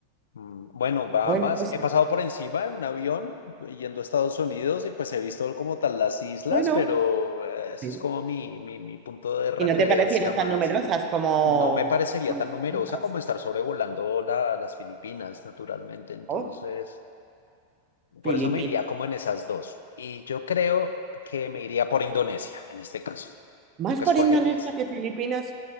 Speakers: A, on the left; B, on the right.
A: Mm, Bueno, Bahamas,
B: Bueno, pues sí.
A: he pasado por encima en un avión yendo a Estados Unidos y pues he visto como tal las islas,
B: Bueno.
A: pero eh, ese
B: Sí.
A: es como mi, mi, mi punto de referencia
B: ¿Y no te parecieran
A: más.
B: tan numerosas como...
A: No me parecería
B: como
A: tan
B: preguntas?
A: numerosa como estar sobrevolando la- las Filipinas, naturalmente. Entonces...
B: Oh, Filipinas.
A: Por eso me iría como en esas dos. Y yo creo que me iría por Indonesia en este caso.
B: Más
A: ¿Tú qué
B: por
A: escogerías?
B: Indonesia que Filipinas.